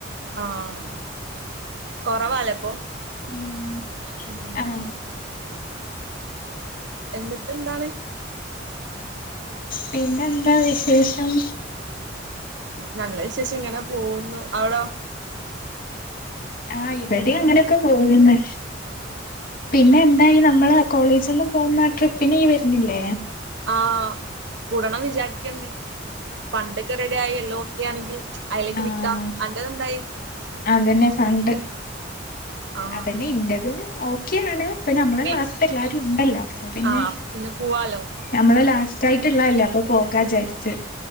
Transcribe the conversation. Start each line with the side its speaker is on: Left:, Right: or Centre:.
Right: ആഹ് കൊറവാലേ അപ്പൊ
Left: ഉം
Right: ഉം
Left: ആഹ്
Right: എന്നിട്ട് എന്താണ്
Left: പിന്നെന്താ വിശേഷം
Right: നല്ല വിശേഷം ഇങ്ങനെ പോവുന്നു അവിടോ
Left: ആഹ് ഇവടെയും അങ്ങനെയൊക്കെ പോവുന്ന പിന്നെ എന്തായി നമ്മള് കോളേജിൽ നിന്ന് പോകുന്ന ആ ട്രിപ്പിന് ഈ വരുന്നില്ലേ
Right: ആഹ് കൂടണം വിചാരിക്കുന്നുണ്ട് ഫണ്ടൊക്കെ റെഡിയായി എല്ലാം ഒക്കെ ആണെങ്കിൽ അതിലേക്ക്
Left: ആഹ്
Right: നിക്കാം അന്റെതെന്തായി
Left: അതെന്നെ ഫണ്ട്
Right: ആഹ്
Left: അതന്നെ ഇന്റതും ഓ- -ക്കിയാണ് ഇപ്പ നമ്മളെ
Right: വീ
Left: ക്ലാസ്സിൽത്തെ എല്ലാരും ഉണ്ടല്ലോ അപ്പ പിന്നെ
Right: ആഹ് അപ്പൊ പിന്നെ പോവാലോ
Left: നമ്മള ലാസ്റ്റായി- -ള്ളല്ലേ അപ്പൊ പോകാ വിചാരിച്ച്